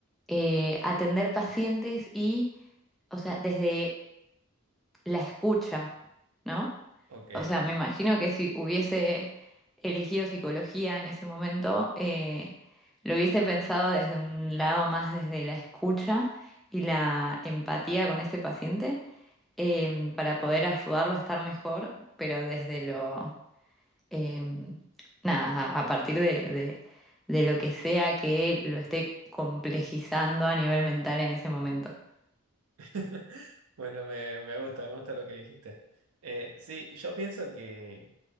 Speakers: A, in the centre; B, on the right (about 75°).
A: eh, atender pacientes y, o sea, desde la escucha, ¿no?
B: Ok.
A: O sea, me imagino que si hubiese elegido psicología en ese momento, eh, lo hubiese pensado desde un lado más desde la escucha y la empatía con ese paciente, em, para poder ayudarlo a estar mejor, pero desde lo, em, nada, a a partir de, de de lo que sea que lo esté complejizando a nivel mental en ese momento.
B: <laughs> Bueno, me, me gusta, me gusta lo que dijiste. Eh, sí, yo pienso que,